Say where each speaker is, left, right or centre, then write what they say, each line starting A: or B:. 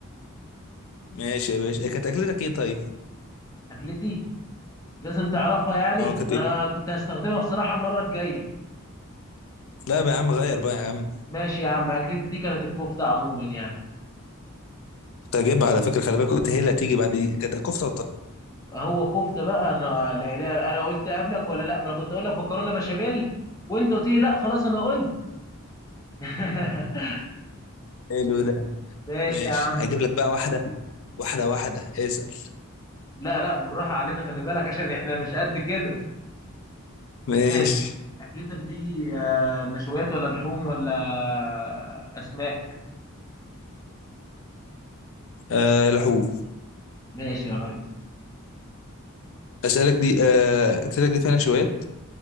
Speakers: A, on the left; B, on the left.
A: ماشي يا باشا كانت أكلتك ايه طيب
B: أكلتي لازم تعرفها يعني
A: اه كانت
B: ما
A: ايه
B: أنا كنت هستخدمها بصراحة المرة الجاية
A: لا بقى يا عم غير بقى يا عم
B: ماشي يا عم أكلتي دي كانت الكفتة عموما يعني
A: كنت هجيبها على فكرة خلي بالك قلت هي اللي هتيجي بعد دي. كانت كفتة وطرب
B: هو كفتة بقى أنا لا لا أنا قلت قبلك ولا لأ ما أنا كنت أقول لك مكرونة بشاميل وأنت قلت لي لأ خلاص أنا قلت <laughs>
A: حلو ده
B: ماشي
A: ماشي
B: يا عم
A: هجيب لك بقى واحدة واحدة واحدة اسأل
B: لا لا بالراحة علينا خلي بالك عشان إحنا مش قد كده
A: ماشي
B: ماشي أكلتك دي آه، نشويات ولا لحوم ولا أسماك
A: آه لحوم
B: ماشي يا ريس
A: أسألك دي آه أكلتك دي فعلا شويات